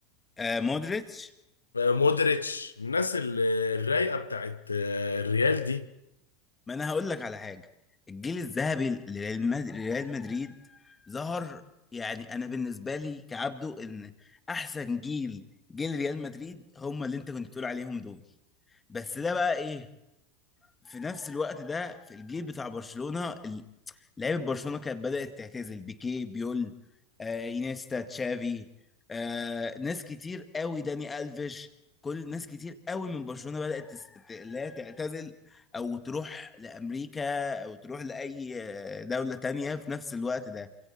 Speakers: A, on the left; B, on the left.
A: آه مودريتش
B: آه مودريتش الناس ال- الرايقة بتاعت آه الريال دي
A: ما انا هقول لك على حاجة الجيل الذهبي لريال مد- لريال مدريد ظهر يعني انا بالنسبة لي كعبده ان احسن جيل جيل ريال مدريد هم اللي انت كنت بتقول عليهم دول بس ده بقى ايه في نفس الوقت ده في الجيل بتاع برشلونة ال- لعيبة برشلونة كانت بدأت تعتزل بيكي بيول آه إينيستا تشافي آه ناس كتير قوي داني ألفيش كل ناس كتير قوي من برشلونة بدأت تس... ت- لا تعتزل أو تروح لأمريكا أو تروح لأي آه، دولة تانية في نفس الوقت ده